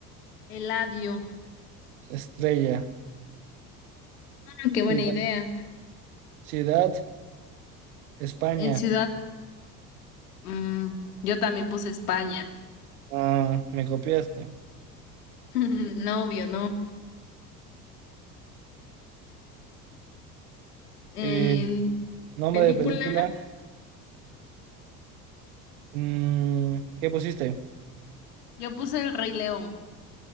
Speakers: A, on the left (about 70°); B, on the right (about 60°).
A: Eladio.
B: estrella.
A: Ah, Qué
B: Cida-
A: buena idea.
B: Ciudad, España.
A: En ciudad, mm, yo también puse España.
B: Ah, me copiaste.
A: <laughs> No, obvio, no. En
B: Eh, nombre
A: película,
B: de película, mm, ¿qué pusiste?
A: yo puse El Rey León.